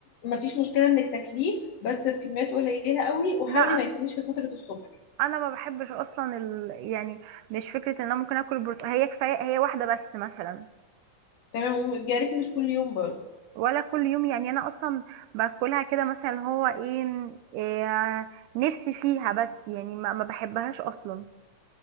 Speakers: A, on the left (about 60°); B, on the right (about 90°).
A: ما فيش مشكلة انك تاكليه بس بكميات قليلة قوي وحاولي
B: لا
A: ما يكونيش في فترة الصبح
B: انا ما بحبش اصلا ال... يعني مش فكره ان انا ممكن اكل برتقال هي كفايه هي واحده بس مثلا
A: تمام ويا ريت مش كل يوم برضه
B: ولا كل يوم يعني انا اصلا باكلها كده مثلا اللي هو ايه, إيه نفسي فيها بس يعني ما, ما بحبهاش اصلا